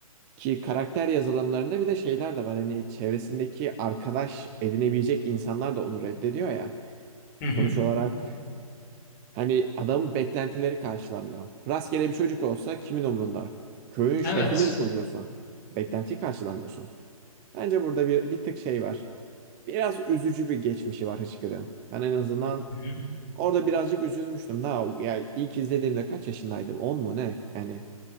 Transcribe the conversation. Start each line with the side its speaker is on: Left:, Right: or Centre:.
Right: ki karakter yazılımlarında bir de şeyler de var. Hani çevresindeki arkadaş edinebilecek insanlar da onu reddediyor ya.
Left: Hı hı.
Right: Sonuç olarak hani adamın beklentileri karşılamıyor. Rastgele bir çocuk olsa kimin umrunda? Köyün şefinin
Left: Evet.
Right: çocuğusun. Beklentiyi karşılamıyorsun. Bence burada bir, bir tık şey var. Biraz üzücü bir geçmişi var Hıçkırık'ın. Ben en azından
Left: Hı hı.
Right: orada birazcık üzülmüştüm. Daha yani ilk izlediğimde kaç yaşındaydım? 10 mu ne? Yani